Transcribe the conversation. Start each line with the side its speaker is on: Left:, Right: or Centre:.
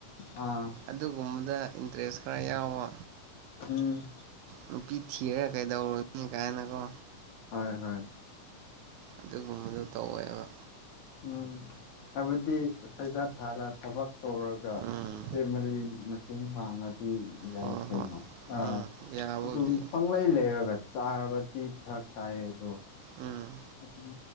Left: ꯑꯥ
Right: ꯑꯗꯨꯒꯨꯝꯕꯗ ꯏꯟꯇꯔꯦꯁ ꯈꯔ ꯌꯥꯎꯕ
Left: ꯎꯝ
Right: ꯅꯨꯄꯤ ꯊꯤꯔꯒ ꯀꯩꯗꯧꯔꯨꯅꯤ ꯀꯥꯏꯅꯀꯣ
Left: ꯍꯣꯏ ꯍꯣꯏ
Right: ꯑꯗꯨꯒꯨꯝꯕꯗ‌ꯣ ꯇꯧꯋꯦꯕ
Left: ꯎꯝ ꯍꯥꯏꯕꯗꯤ ꯄꯩꯁꯥ ꯊꯥꯔ ꯊꯕꯛ ꯇꯧꯔꯒ
Right: ꯎꯝ
Left: ꯐꯦꯃꯂꯤ ꯃꯇꯦꯡ ꯃꯥꯡꯉꯗꯤ ꯌꯥꯏ
Right: ꯍꯣꯏ
Left: ꯀꯩꯅꯣ
Right: ꯍꯣꯏ
Left: ꯑꯥ
Right: ꯎꯝ ꯌꯥꯕꯕꯨꯗꯤ
Left: ꯑꯗꯨꯝ ꯄꯪꯂꯩ ꯂꯩꯔꯒ ꯆꯥꯔꯕꯗꯤ ꯐ ꯇꯥꯏꯌꯦꯕꯔ‌ꯣ
Right: ꯎꯝ
Left: ꯑꯗꯨꯝ